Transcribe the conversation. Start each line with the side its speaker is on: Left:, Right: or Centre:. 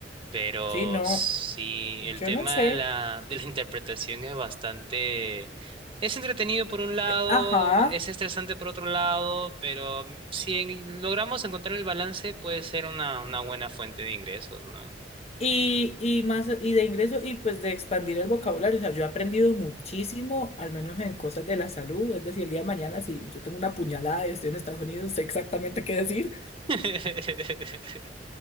Right: Pero
Left: Sí, no,
Right: sí,
Left: yo
Right: el tema
Left: no sé.
Right: de la, de la <laughs> interpretación es bastante, es entretenido por un lado,
Left: Eh, ajá.
Right: es estresante por otro lado, pero mm, si en- logramos encontrar el balance, puede ser una, una buena fuente de ingresos, ¿no?
Left: Y, y más y de ingreso y pues de expandir el vocabulario. O sea, yo he aprendido muchísimo, al menos en cosas de la salud. Es decir, el día de mañana, si yo tengo una puñalada y estoy en Estados Unidos, sé exactamente qué decir.
Right: <laughs>